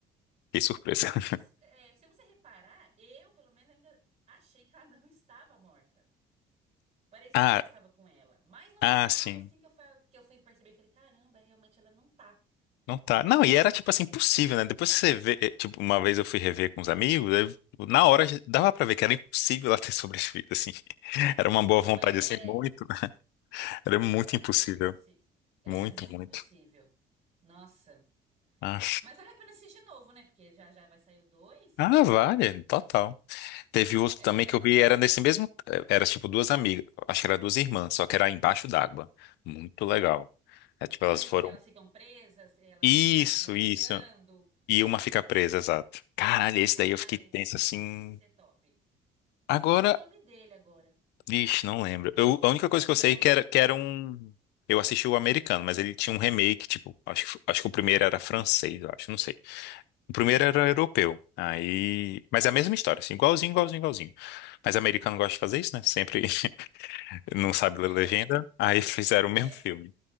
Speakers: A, on the left; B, on the right.
A: que surpresa.
B: Mas
A: <laughs>
B: se você, é, se você reparar, eu, pelo menos, ainda achei que ela não <laughs> estava morta. Parecia
A: Ah,
B: que ela estava com ela. Mas no
A: ah,
B: final,
A: sim.
B: assim que eu fui, que eu fui perceber, eu falei, caramba, realmente ela não tá.
A: Não tá. Não, e era tipo assim, impossível, né? Depois que você vê, eh, tipo, uma vez eu fui rever com os amigos, eu- na hora já- dava pra ver que era impossível ela ter sobrevivido, assim. <laughs> Era uma boa
B: Não
A: vontade,
B: é?
A: assim, muito.
B: É,
A: Era muito
B: era
A: impossível.
B: muito impossível. Era
A: Muito,
B: muito
A: muito.
B: impossível. Nossa.
A: Ah,
B: Mas vale a pena assistir de novo, né? Porque já já vai sair o dois.
A: ah, vale, total. Teve outro
B: É.
A: também que eu vi, era nesse mesmo. Era tipo duas amigas, acho que era duas irmãs, só que era embaixo d'água. Muito legal. É tipo,
B: Não
A: elas
B: é
A: foram.
B: esse que elas ficam presas, elas
A: Isso,
B: estavam mergulhando.
A: isso. E uma fica presa, exato. Caralho, esse
B: Ah,
A: daí eu fiquei
B: esse
A: tenso assim.
B: é top. Não
A: Agora,
B: lembro o nome dele agora.
A: vixe, não lembro. Eu, a única coisa
B: Eu também
A: que eu sei
B: não
A: é
B: lembro.
A: que era, que era um. Eu assisti o americano, mas ele tinha um remake, tipo, acho, que- acho que o primeiro era francês, eu acho, não sei. O primeiro era europeu. Aí. Mas é a mesma história, assim, igualzinho, igualzinho, igualzinho. Mas americano gosta de fazer isso, né? Sempre <laughs> não sabe ler
B: É,
A: legenda. Aí <laughs> fizeram o
B: é,
A: mesmo filme.